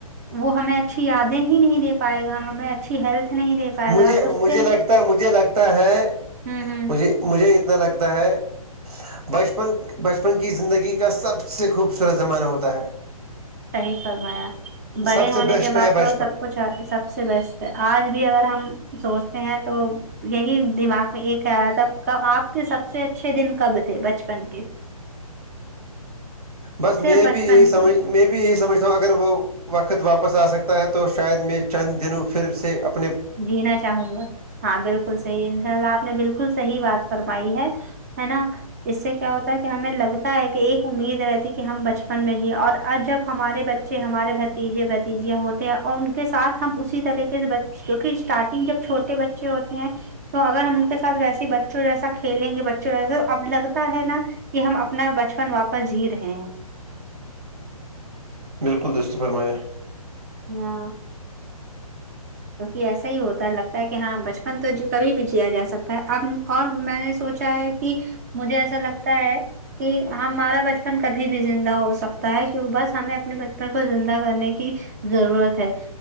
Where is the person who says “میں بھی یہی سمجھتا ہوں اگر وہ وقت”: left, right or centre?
Right